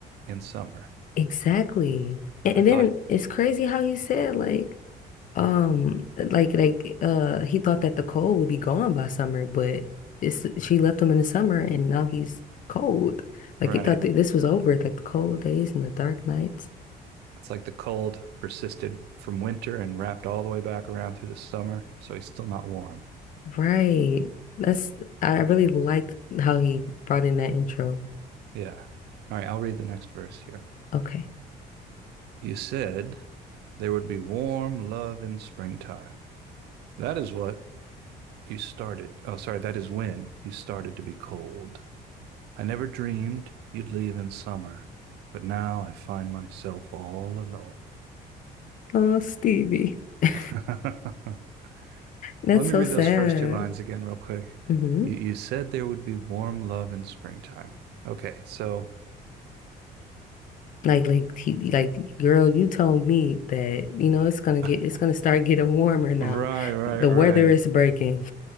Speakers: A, on the right; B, on the left.
A: in summer.
B: Exactly. And,
A: I
B: and
A: thought,
B: then it's crazy how he said like um like like uh he thought that the cold would be gone by summer, but it's she left him in the summer and now he's cold. Like
A: right,
B: he thought that this was over, like the cold days and the dark nights.
A: it's like the cold persisted from winter and wrapped all the way back around through the summer, so he's still not warm.
B: Right. That's I really liked how he brought in that intro.
A: Yeah. All right, I'll read the next verse here.
B: Okay.
A: You said there would be warm love in springtime. That is what you started. Oh, sorry, that is when you started to be cold. I never dreamed you'd leave in summer, but now I find myself all alone.
B: Oh, Stevie. <laughs>
A: <laughs>
B: That's
A: Let
B: so
A: me read
B: sad.
A: those first two lines again, real quick.
B: Mhm.
A: You, you said there would be warm love in springtime. Okay, so
B: Like, like, he, like, girl, you told me that, you know, it's gonna get,
A: <laughs>
B: it's
A: right,
B: gonna start getting warmer now.
A: right,
B: The
A: right,
B: weather is breaking.